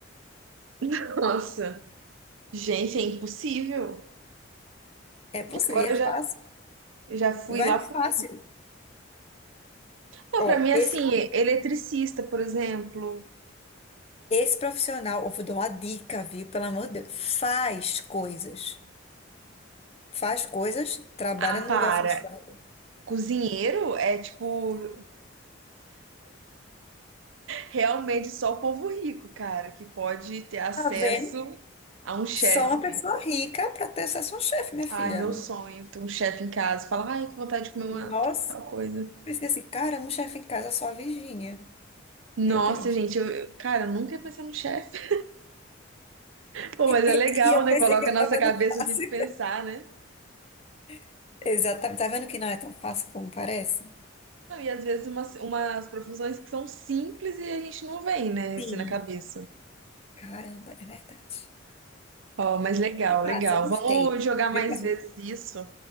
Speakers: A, on the right; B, on the left.
A: <laughs> Nossa. Gente, é impossível.
B: É possível,
A: Agora
B: e é
A: eu já,
B: fácil.
A: já fui
B: Vai
A: lá.
B: no
A: pro-
B: fácil.
A: Não,
B: Ó,
A: pra mim, assim,
B: esse,
A: eletricista, por exemplo.
B: esse profissional, eu vou dar uma dica, viu? Pelo amor de Deus, faz coisas. Faz coisas, trabalha
A: Ah,
B: no
A: para.
B: lugar fechado.
A: Cozinheiro é, tipo, realmente só o povo rico, cara, que pode ter acesso
B: Tá vendo?
A: a um chefe.
B: Só uma pessoa rica para ter acesso a um chefe, minha filha.
A: Ai, meu sonho, ter um chefe em casa. Fala, ai, que vontade de comer uma
B: Nossa.
A: tal coisa.
B: Pensei assim, caramba, um chefe em casa só a Virgínia.
A: Nossa,
B: Meu Deus.
A: gente, eu, eu- cara, eu nunca ia pensar no chefe. Pô, mas é
B: E
A: legal,
B: eu
A: né?
B: pensei
A: Coloca
B: que eu
A: a nossa
B: tava
A: cabeça
B: no fácil.
A: assim pra pensar, né?
B: <laughs> Exatamente. Tá vendo que não é tão fácil como parece?
A: Não, e às vezes umas, umas profissões que são simples e a gente não vem, né? Assim
B: Sim,
A: na cabeça.
B: Caramba, é verdade.
A: Ó, mas legal,
B: massa,
A: legal.
B: gostei.
A: Vamos jogar mais
B: Depois,
A: vezes isso.